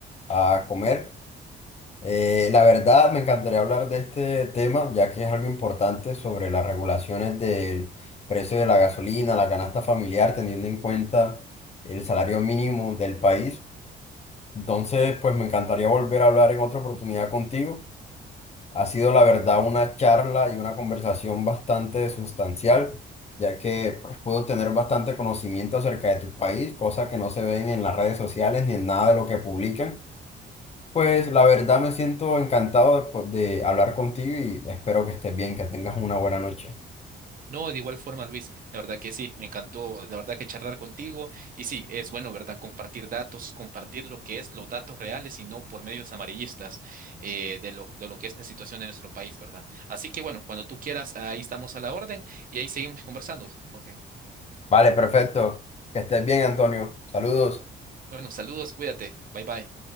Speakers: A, on the left; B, on the right.
A: a comer. Eh, la verdad, me encantaría hablar de este tema, ya que es algo importante sobre las regulaciones del precio de la gasolina, la canasta familiar, teniendo en cuenta el salario mínimo del país. Entonces, pues me encantaría volver a hablar en otra oportunidad contigo. Ha sido la verdad una charla y una conversación bastante sustancial, ya que pues, puedo tener bastante conocimiento acerca de tu país, cosas que no se ven en las redes sociales ni en nada de lo que publican. Pues la verdad me siento encantado de, po- de hablar contigo y espero que estés bien, que tengas una buena noche.
B: No, de igual forma, Luis, la verdad que sí, me encantó, la verdad que charlar contigo y sí, es bueno, ¿verdad? Compartir datos, compartir lo que es los datos reales y no por medios amarillistas eh, de lo, lo, lo que es la situación en nuestro país, ¿verdad? Así que bueno, cuando tú quieras, ahí estamos a la orden y ahí seguimos conversando. Ok.
A: Vale, perfecto. Que estés bien, Antonio. Saludos.
B: Bueno, saludos, cuídate, bye bye.